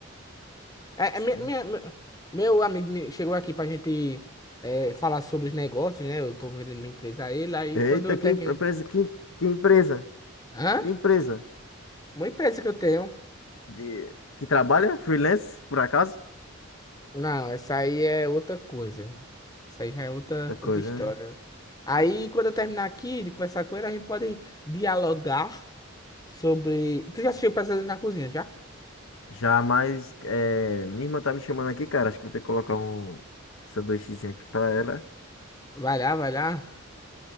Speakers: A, on the left; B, on the left.
A: É,
B: sim.
A: é, minha- minha- meu meu amigo me- chegou aqui pra gente é, falar sobre os negócios, né? Eu tô vendendo minha empresa a ele, aí
B: Eita,
A: quando eu
B: que
A: termino.
B: empresa, que, que empresa?
A: Hã?
B: Que empresa?
A: Uma empresa que eu tenho.
B: De... Que trabalha? Freelance, por acaso?
A: Não, essa aí é outra coisa. Essa aí já é outra,
B: da coisa,
A: outra história.
B: né?
A: Aí, quando eu terminar aqui de conversar com ele, a gente pode dialogar sobre. Tu já assistiu Pesadelo na Cozinha, já?
B: Já mais. É, minha irmã tá me chamando aqui, cara. Acho que vou ter que colocar um sanduíchezinho aqui pra ela.
A: Vai lá, vai lá.